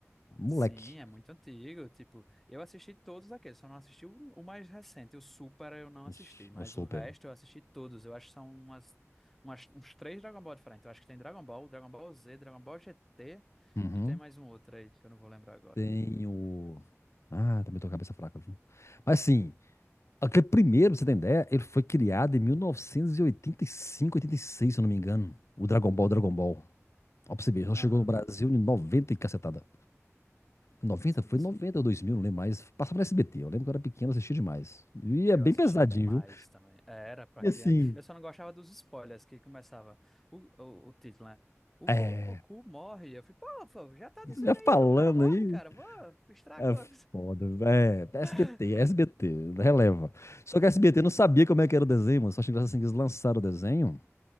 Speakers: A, on the left (about 60°); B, in the centre.
A: moleque.
B: Sim, é muito antigo. Tipo, eu assisti todos aqueles, só não assisti o, o mais recente, o Super eu não
A: O,
B: assisti,
A: s-
B: mas
A: o Super.
B: o resto eu assisti todos. Eu acho que são umas, umas- uns três Dragon Ball diferentes. Eu acho que tem Dragon Ball, Dragon Ball Z, Dragon Ball GT
A: Uhum.
B: e tem mais um outro aí que eu não vou lembrar agora.
A: Tem o. Ah, também tô com a cabeça fraca, viu? Mas sim, Aquele primeiro, pra você ter ideia, ele foi criado em 1985, 86, se eu não me engano. O Dragon Ball, Dragon Ball. Ó, pra você ver, só
B: Aham.
A: chegou no Brasil em 90 e cacetada. 90?
B: Sim,
A: Foi
B: sim.
A: 90 ou 2000, não lembro mais. Passava no SBT, eu lembro que eu era pequeno, assistia demais. E é
B: Eu
A: bem
B: assistia
A: pesadinho,
B: demais
A: viu?
B: também. É, Era pra
A: E
B: criança.
A: assim,
B: Eu só não gostava dos spoilers que começava o, o, o título, né? O
A: É,
B: Goku morre. Eu fui, pô, pô, já tá dizendo
A: já falando
B: aí que o cara morre,
A: aí,
B: cara. Pô, estragou.
A: é foda, é, SBT,
B: <laughs>
A: SBT, releva. Só que a SBT não sabia como é que era o desenho, mano. Só achei engraçado assim que eles lançaram o desenho.